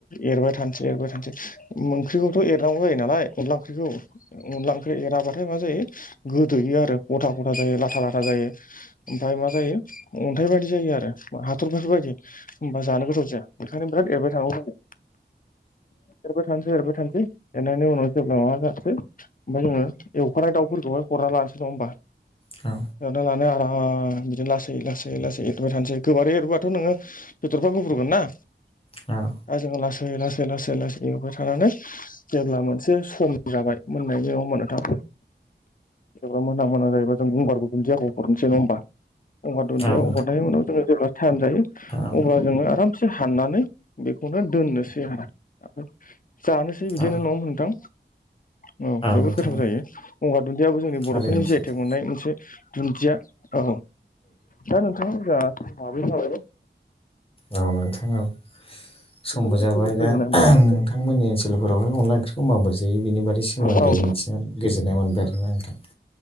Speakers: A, on the left; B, on the left.
A: एरबाय थानोसै एरबाय थानोसै ओंख्रिखौथ' एरनांगौ जायो नालाय अनला ओंख्रिखौ अनदला ओंख्रि एराबाथाय मा जायो गोदोयो आरो गथा गथा जायो लाथा लाथा जायो ओमफ्राय मा जायो अन्थाइ बायदि जायो आरो हाथर बेफोरबायदि होनोमबा जानो गोथाव जाया बेखायनो बिराद एरबाय थानांगौ एरबाय थानोसै एरबाय थानोसै एरनायनि उनाव जेब्ला माबा जासै ओमफ्राय जोङो एवखानाय दाफोरखौहाय हरना लानोस नङा होनोमबा
B: दा
A: एरना लानो आराम बिदिनो लासै लासै लासै एरबाय थानोसै गोबारै एरबाथ' नोङो बिथरफ्रा गुफुरगोन ना
B: औ
A: दा जोङो लासै लासै लासै लासै बेवाय थानानै जेब्ला मोनसे सम जाबाय मोननायनिाव मोनोथां जेब मोना मोना जायोबा जों गंगारखौ दुन्दियाखौ हरनोसै नङ ह होनबा होनोमबा दुदिया
B: औ नोंथां
A: हरनायनि उनाव जोङो जेब्ला टाइम जायो
B: औ
A: अब्ला जोङो आराम हाननानै बेखौनो दोननोसै आरो जानोसै एसे बिदिनो
B: औ
A: न' मोनथां औ जोबोद
B: नोंथां
A: गोथाव
B: औ
A: जायो गगार दुन्दियाबो जोंनि
B: थारैनो
A: बर'फोरनि जिायथाइ
B: सैथो
A: मोननाय मोनसे दुन्दिया औ दा नोंथाङा माबै थाबाय
B: औ नोंथांनाव समबो
A: जोबोद
B: जाबाय
A: गोजोननाय
B: दा नों बिथांमोननि ओनसोलफोरावहाय अनला ओंख्रिखौ माबोरैायो बेनिारादै सोमोन्दै
A: मोनबाय औ
B: मिथिनानै गोजोननाय मोनबाय आरोना नोंथां